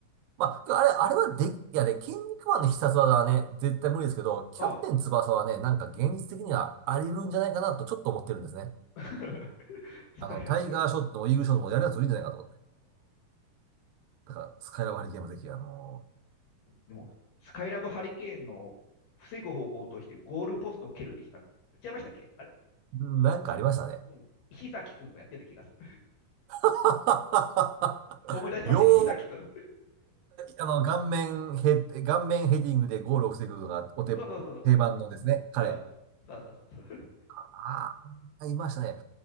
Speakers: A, on the right; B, on the left.
A: まあ、あれ、あれはで、いやね、筋肉マンの必殺技はね、絶対無理ですけど、キャプテン翼はね、
B: あ
A: なんか現実的にはあり得るんじゃないかなとちょっと思ってるんですね。
B: <laughs>、スカイラブ。
A: あの、タイガーショットもイーグルショットもやるやついるんじゃないかと
B: う
A: だから、スカイラブハリケーンもぜひ、あの
B: ん。でも、スカイラブハリケーンの防ぐ方法としてゴールポストを蹴るでした。違いましたっけあれ
A: ー、なんかありましたね。
B: うん。石崎くんがやってた気がする。
A: <laughs>
B: 思い出してました、
A: よう、
B: 石崎くん。
A: あの、顔面ヘ、顔面ヘディングでゴールを防ぐのがお手、
B: <laughs> そうそうそ
A: 定番のですね、彼。
B: う。うんそうそうそう。
A: ああ、いましたね。